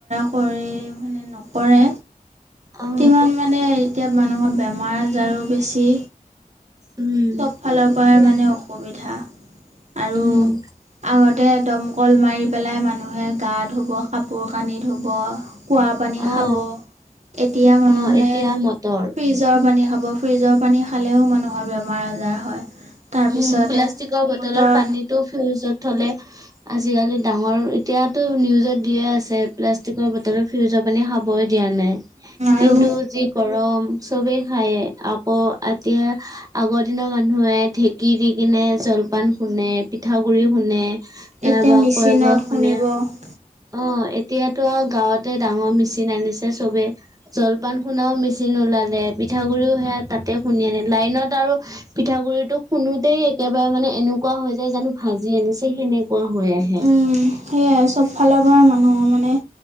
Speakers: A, on the right; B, on the right.
A: কৰে নকৰে
B: অ
A: কিমান মানে এতিয়া মানুহৰ বেমাৰ আজাৰো বেছি।
B: উম
A: চব ফালৰ পৰাই
B: সেয়া
A: মানে অসুবিধা। আৰু
B: উম
A: আগতে দমকল মাৰি পেলাই মানুহে গা ধুব কাপোৰ কানি ধুব। কুৱা পানী খাব
B: অ
A: এতিয়া মানুহে
B: অ এতিয়া মটৰ
A: ফ্ৰিজৰ পানী খাব ফ্ৰিজৰ পানী খালেও মানুহৰ বেমাৰ আজাৰ হয়। তাৰপিছতে
B: উম প্লাষ্টিকৰ বটলত
A: মটৰ
B: পানীটো ফ্ৰিজত থলে আজিকালি ডাঙৰ এতিয়াতো নিউজত দিয়ে আছে প্লাষ্টিকৰ বটল ফিৰিজৰ পানী খাব হবই দিয়া নাই
A: আৰু
B: কিন্তু যি গৰম চবেই খায় আকৌ এতিয়া আগৰ দিনৰ মানুহে ঢেঁকী দি কিনে জলপান খুন্দে পিঠাগুড়ি খুন্দে নাইবা
A: এতিয়া মেচিনত
B: ক ক শুনে
A: খুন্দিব
B: অ এতিয়াতো আৰু গাঁৱতে ডাঙৰ মেচিন আনিছে চবেই জলপান খুন্দা মেচিন ওলালে। পিঠাগুৰিও সেয়া তাতে শুনি আনে লাইনত আৰু পিঠাগুৰি টোক খুন্দোতে একেবাৰে মানে এনেকুৱা হৈ যায় জানো ভাজি আনিছে সেনে সেনেকুৱা হৈ আহে।
A: উম সেয়াই চব ফালৰ পৰা মানুহৰ মানে